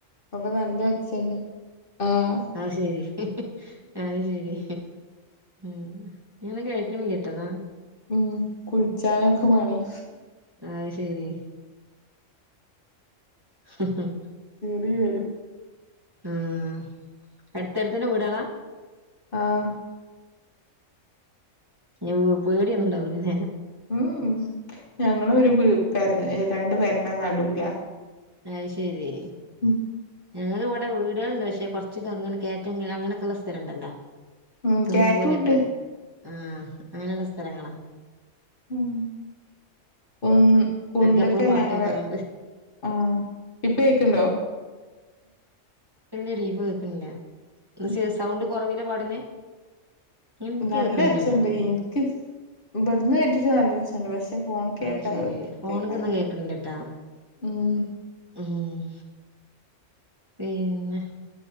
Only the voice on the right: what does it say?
ആഹ് ശരി ഹ്ഹ് അത് ശരി ം ംഇങ്ങനെ കേൾക്ക്ണില്ലട്ടോന്നാ. <unintelligible>
അത് ശരി ഹ് ഹ് ഹ്
ം അട്ത്തട്ത്തന്നെ വ്ടളാ?
മ്ഹ് പേടിയൊന്നും ഉണ്ടാവൂലല്ലെ?
അത് ശെരി.
ഞങ്ങക്ക് ഇവിടെ വീടുകളുണ്ട് പക്ഷെ കൊറച്ചൊക്കങ്ങനെ കേറ്റം അങ്ങനൊക്കെയുള്ള സ്ഥലംഉണ്ടല്ലോ.
കുന്ന്പോലൊക്കെ
ആഹ് അങ്ങനെള്ള സ്ഥലങ്ങളാ.
എനക്ക് എപ്പളും പാട്ട്
കേക്കാ അതുകൊണ്ട്
<unintelligible> വല് ഡീപ്പ് കേൾക്കൻല്ല അത്
ശരി സൗണ്ട് കൊറവില പാടുന്നേ? എനിക്ക്
കേൾക്കണില്ലട്ടോ
അത്. ശെരി ഫോണക്ക്ന്ന കേക്കണില്ലട്ടാ
ം പിന്നെ